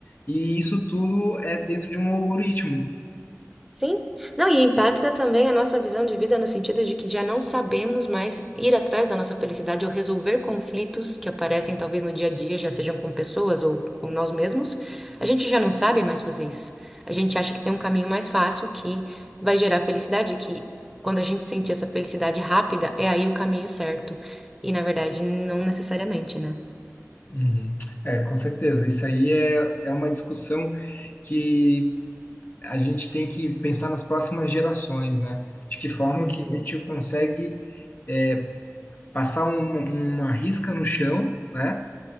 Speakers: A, on the left; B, in the centre.
A: e isso tudo é dentro de um algoritmo.
B: Sim. Não, e impacta também a nossa visão de vida no sentido de que já não sabemos mais ir atrás da nossa felicidade ou resolver conflitos que aparecem talvez no dia a dia, já sejam com pessoas ou com nós mesmos. A gente já não sabe mais fazer isso. A gente acha que tem um caminho mais fácil que vai gerar felicidade, que quando a gente sentir essa felicidade rápida, é aí o caminho certo. E na verdade, não necessariamente, né?
A: Uhum. É, com certeza. Isso aí é, é uma discussão que a gente tem que pensar nas próximas gerações, né? De que forma
B: Uhum.
A: que a gente consegue é, passar um- uma risca no chão, né?